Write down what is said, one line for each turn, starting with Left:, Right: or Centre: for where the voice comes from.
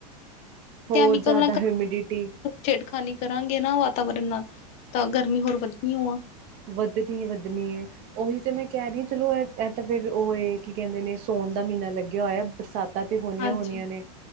Right: ਹੋਰ
Left: ਕੈਮੀਕਲ
Right: ਜ਼ਿਆਦਾ
Left: ਨਾਲ
Right: ਹਿਊਮਿਡਿਟੀ
Left: ਛੇੜਖਾਨੀ ਕਰਾਂਗੇ ਨਾ ਵਾਤਾਵਰਨ ਨਾਲ ਤਾਂ ਗਰਮੀ ਹੋਰ ਵਧਣੀ ਓ ਆ।
Right: ਵੱਧਣੀ-ਵੱਧਣੀ ਏ। ਉਹੀ ਤੇ ਮੈਂ ਕੈ ਰੀ ਆ ਚਲੋ ਐ ਏ ਤਾਂ ਫੇਰ ਉਹ ਏ ਕੀ ਕੈਂਦੇ ਨੇ ਸੋਨ ਦਾ ਮ੍ਹੀਨਾ ਲੱਗਿਆ ਹੋਇਆ ਬਰਸਾ ਤਾਂ ਤੇ ਹੋਣੀਆਂ-ਹੋਣੀਆਂ
Left: ਹਾਂਜੀ।
Right: ਨੇ।